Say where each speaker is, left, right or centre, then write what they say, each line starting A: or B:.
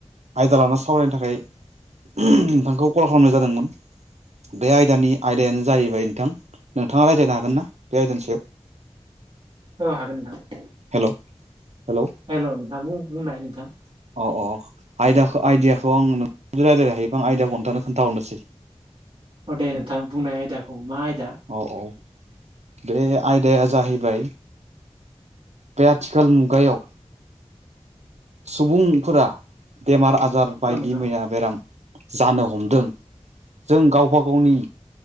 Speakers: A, on the right; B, on the right.
A: आयदा लानानै सावरायनो थाखाय नोंथांखौ खालामनाय जादोंमोन बे आयदानि आयदायानो जाहैबाय नोंथां नोंथाङा रायज्लायनो हागोन ना बे आयदानि सायाव <inaudible>
B: औ हागोन नोंथां
A: हेल' हेल'
B: हेल' नोंथां बुं बुंनाय नोंथां
A: अ औ आयदीयाखौ आइदियाखौ आंदियलायनो हायोबा आं आइडियाखौ नोंथांनो खोन्थाहरनोसै
B: अ दे नोंथां बुंनाय आयदाखौ मा आयदा
A: अ औ बे आयदाया जाहैबाय बे आथिखाल मुगायाव सुबुंफोरा बेमार आजार बायदि
B: औ नोंथां
A: मैया बेराम जानो हमदों जों गावबा गावनि